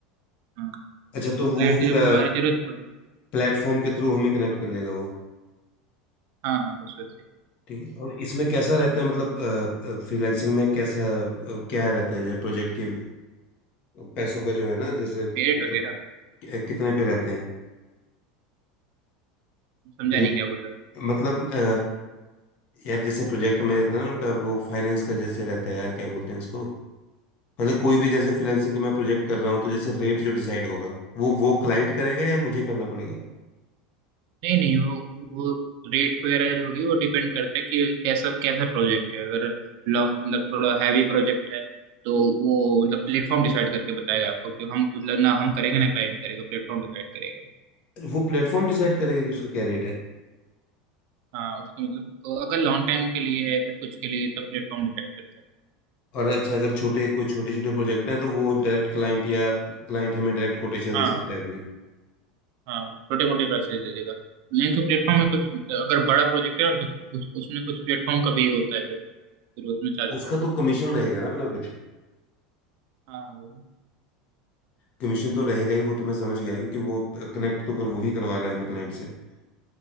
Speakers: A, on the right; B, on the left.
A: हाँ
B: अच्छा
A: क्लाइंट
B: तो वो
A: को
B: फिर
A: जब हमारी जरूरत पड़ेगी
B: प्लेटफॉर्म के थ्रू हमें कनेक्ट
A: हाँ
B: कर लेगा वो
A: हाँ हाँ बस वैसे
B: ठीक है और इसमें कैसा रहता है मतलब फ्रीलांसिंग में कैसा अ, क्या रहता है जैसे प्रोजेक्ट के पैसों का जो है ना जैसे
A: पेरेट
B: कि-
A: वगैरह
B: कितने पे रहते हैं
A: समझा
B: पे-
A: नहीं क्या बोल रहे हो
B: मतलब अ, यार जैसे प्रोजेक्ट में ना उनका वो फाइनेंस का जैसे रहता है यार क्या बोलते हैं उसको मतलब कोई भी जैसे फ्रीलांसिंग का मैं प्रोजेक्ट कर रहा हूँ तो जैसे रेट जो डिसाइड होगा वो वो क्लाइंट करेगा या मुझे करना पड़ेगा
A: नहीं नहीं वो वो रेट वगैरह जो होगी वो डिपेंड करता है कि कैसा कैसा प्रोजेक्ट है अगर लॉ- मतलब थोड़ा हैवी प्रोजेक्ट है तो वो मतलब प्लेटफॉर्म डिसाइड करके बताएगा आपको कि हम मतलब ना हम करेंगे ना क्लाइंट करेगा प्लेटफॉर्म डिसाइड करेगा
B: वो प्लेटफॉर्म डिसाइड करेगा कि उसका क्या रेट है
A: हाँ उसका मतलब तो अगर लॉन्ग टाइम के लिए है फिर कुछ के लिए तब प्लेटफॉर्म डिसाइड करता है
B: और अच्छा अगर छोटे कोई छोटे छोटे प्रोजेक्ट हैं तो वो डायरेक्ट क्लाइंट या क्लाइंट हमें डायरेक्ट कोटेशन
A: हाँ
B: दे सकता है अपनी
A: हाँ छोटे मोटे पैसे दे देगा नहीं तो प्लेटफॉर्म में कुछ अगर बड़ा प्रोजेक्ट है ना तो उस, उसमें कुछ प्लेटफॉर्म का भी होता है फिर फिर उसमें चार्ज
B: उसका
A: करता
B: तो कमीशन रहेगा ना अपना कुछ
A: है हाँ वो-
B: कमीशन तो रहेगा ही वो तो मैं समझ गया क्योंकि वो कनेक्ट तो कर वो ही करवा रहा है हमें क्लाइंट से है